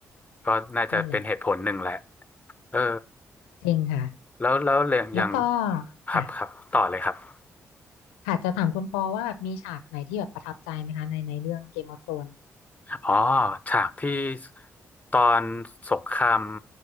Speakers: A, on the left; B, on the left.
A: ก็น่าจะเป็นเหตุผลหนึ่งแหละ
B: นั่นแหละ
A: เออ
B: จริงค่ะ
A: แล้วแล้วเรื่องอย่าง
B: แล้วก็
A: ครับครับต่อเลยครับ
B: ค่ะ ค่ะจะถามคุณปอว่าแบบมีฉากไหนที่แบบประทับใจไหมคะในในเรื่อง Game of Thrones
A: อ๋อฉากที่ตอนสงคราม